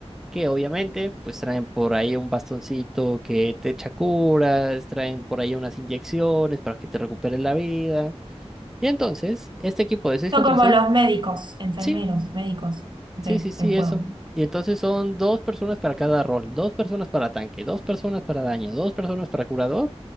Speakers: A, in the centre; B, on the right.
A: que obviamente pues traen por ahí un bastoncito que te echa curas, traen por ahí unas inyecciones para que te recuperes la vida. Y entonces, este equipo de 6
B: Son
A: contra
B: como
A: seis
B: los médicos, enfermeros,
A: Sí,
B: médicos, ok,
A: Sí, sí, sí,
B: del juego.
A: eso. Y entonces son dos personas para cada rol, dos personas para tanque, dos personas para daño, dos personas para curador,